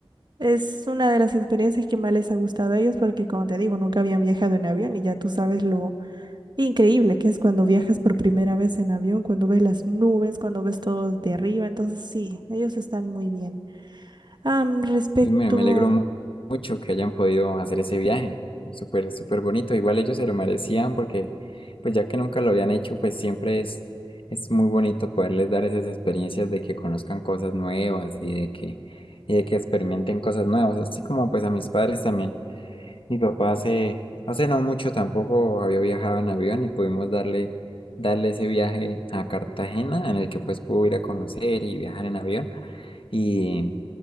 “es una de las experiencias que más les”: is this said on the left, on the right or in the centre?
Right